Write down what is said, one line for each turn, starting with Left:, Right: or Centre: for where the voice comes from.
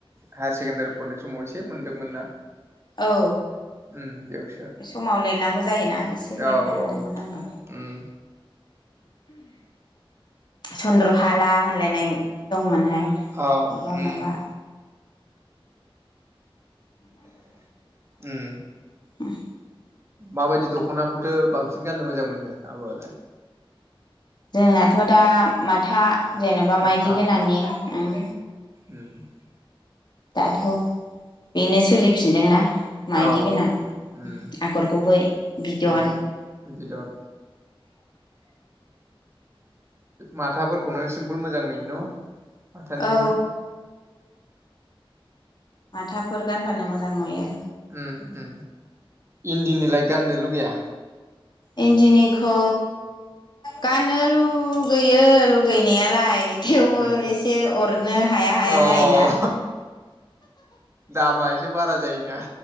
Right: हायार सेकेण्डारि फरायनाय समाव एसे मोनदोंमोन ना
Left: औ
Right: उम बेयावसो
Left: बे समाव लिरनांगौ जायोना एसे लिरनो
Right: औ
Left: मोनदोंमोन
Right: औ
Left: आंबो
Right: उम
Left: चन्द्र हाला होनलायनाय दंमोनहाय
Right: औ
Left: माबा
Right: उम
Left: माबा
Right: उम
Left: उम
Right: माबायदि दखनाखौथो बांसिन गाननो मोजां मोनो आब आलाय?
Left: जोंनाथ दा माथा जेनबा
Right: माथा
Left: माइदि गोनांनि उम
Right: उम
Left: दाथ बेनो सोलिफिनदोंना मायदि
Right: औ
Left: गोनां
Right: उम
Left: आगर गुबै बिदन,
Right: उम बिदन माथाफोरखौनो सिमपोल मोजां नुयो। न' माथानिखौनो
Left: औ माथाफोर गानबानो मोजां नुयो।
Right: उ उ इन्दिनिलाय गाननो लुगैया?
Left: इन्दिनिखौ गाननो लुगैयो लुगैनाया नालाय थेवबो
Right: उम
Left: एसे अरनो हाया हाया
Right: अ
Left: जायोना
Right: दामा एसे बारा जायोना